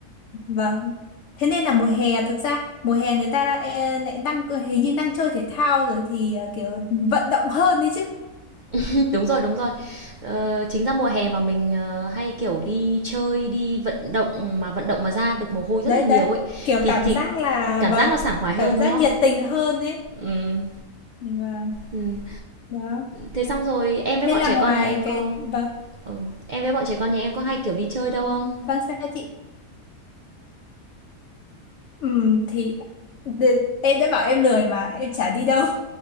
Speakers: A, on the left; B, on the right.
A: vâng thế nên là mùa hè thực ra mùa hè người ta đã, e, lại đang hình như đang chơi thể thao rồi thì ờ, kiểu vận động hơn đấy chứ
B: <laughs> đúng rồi, đúng rồi. Ờ, chính ra mùa hè mà mình, ờ, hay, kiểu, đi chơi, đi vận động mà vận động mà ra được mồ hôi rất
A: đấy
B: là nhiều
A: đấy
B: ấy,
A: kiểu
B: thì
A: cảm
B: thì
A: giác là
B: cảm
A: vâng
B: giác nó sảng khoái hơn,
A: cảm
B: đúng
A: giác
B: không?
A: nhiệt tình hơn ấy
B: Ừm,
A: vâng
B: ừm.
A: đó
B: Thế xong rồi em với
A: thế
B: bọn
A: là
B: trẻ
A: ngoài
B: con nhà em có
A: cái vâng
B: Ừ. Em với bọn trẻ con nhà em có hay, kiểu, đi chơi đâu không?
A: Vâng sao chị? Ừm, thì đ- em đã bảo em lười mà em chả đi đâu.